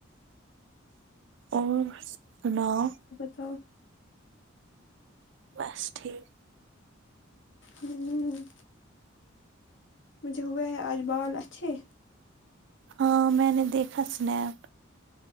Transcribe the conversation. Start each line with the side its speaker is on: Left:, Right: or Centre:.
Right: اور سناؤ
Left: تو
Right: بس ٹھیک
Left: ہوں مجھے ہوئے ہے آج بال اچھے
Right: ہاں میں نے دیکھا سنیپ